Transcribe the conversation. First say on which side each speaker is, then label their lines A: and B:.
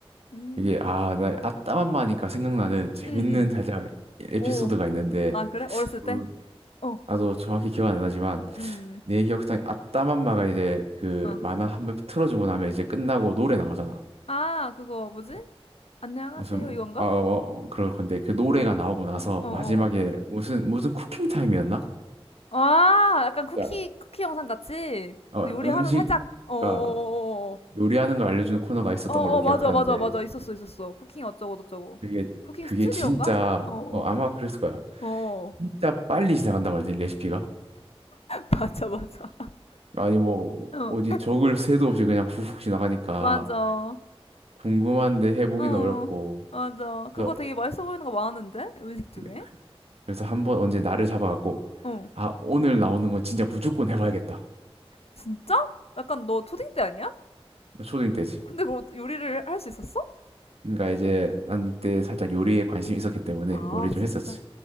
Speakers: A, on the left (about 75°); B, on the right (about 75°).
A: 음,
B: 이게, 아, 나 아따맘마니까 생각나는 재밌는
A: 응, 응.
B: 살짝 에피소드가
A: 오,
B: 있는데,
A: 아, 그래? 어렸을
B: 물론
A: 때? 어,
B: 나도 정확히 기억은 안 나지만
A: 음,
B: 내 기억상에 아따맘마가 이제 그
A: 어.
B: 만화 한 번 틀어주고 나면 이제 끝나고 노래 나오잖아.
A: 아, 그거 뭐지? 안녕하세요,
B: 무슨
A: 이건가?
B: 아 어, 그럴 건데 그 노래가
A: 어,
B: 나오고 나서
A: 어, 어, 어.
B: 마지막에
A: 어.
B: 무슨 무슨 쿠킹 타임이었나?
A: 아, 약간 쿠키,
B: 자,
A: 쿠키 영상 같이?
B: 어
A: 그 요리하는
B: 음식
A: 살짝, 어, 어,
B: 그러니까 요리하는 걸 알려주는 코너가 있었던
A: 어, 어,
B: 걸로
A: 어, 어, 어,
B: 기억하는데
A: 맞아, 맞아, 맞아. 있었어, 있었어. 쿠킹 어쩌고저쩌고.
B: 그게
A: 쿠킹
B: 그게
A: 스튜디오인가?
B: 진짜
A: 어, 어,
B: 어 아마 그랬을 거야.
A: 어. 어,
B: 진짜 빨리 지나간단 말이지 레시피가.
A: <laughs> 맞아, 맞아.
B: 아니 뭐
A: 어,
B: 어디 적을 새도 없이 그냥 훅훅 지나가니까
A: 맞아.
B: 궁금한데 해보기는
A: 어,
B: 어렵고.
A: 맞아.
B: 그래서
A: 그거 되게 맛있어 보이는 거 많은데? 음식 중에?
B: 그- 그래서 한 번 언제 나를 잡아갖고
A: 어,
B: 아 오늘 나오는 건 진짜 무조건 해봐야겠다.
A: 진짜? 약간 너 초딩 때 아니야?
B: 초딩 때지.
A: 근데 그거 요리를 할 수 있었어?
B: 그러니까 이제 난 그때 살짝 요리에 관심이 있었기 때문에
A: 아,
B: 요리 좀
A: 진짜.
B: 했었지.